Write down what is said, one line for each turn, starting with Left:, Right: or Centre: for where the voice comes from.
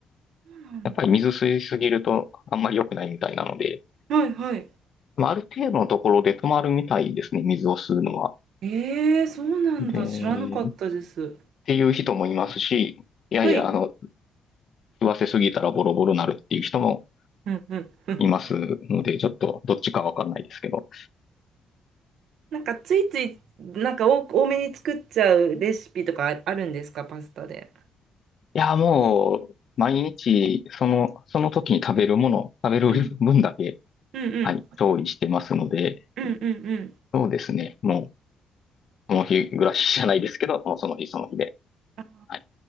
Right: うなんだ。
Left: やっぱり水吸いすぎるとあんまり良くないみたいなので、
Right: はい、はい。
Left: まあ、ある程度のところで止まるみたいですね、水を吸うのは。
Right: えー、そうなんだ。
Left: で、
Right: 知らなかったです。
Left: っていう人もいますし、いやいや、
Right: はい。
Left: あの、吸わせすぎたらボロボロなるっていう人も
Right: うん、うん。
Left: いますので、
Right: <laughs>
Left: ちょっとどっちかわかんないですけど。
Right: なんかついついなんか多多めに作っちゃうレシピとかああるんですか、パスタで。
Left: いや、もう、毎日、その、その時に食べるもの、食べる分だけ、
Right: うんうんうん
Left: はい、調理してますので、
Right: うんうんうん。
Left: そうですね。もう、その日暮らしじゃないですけど、もうその日その日で、
Right: あー
Left: はい、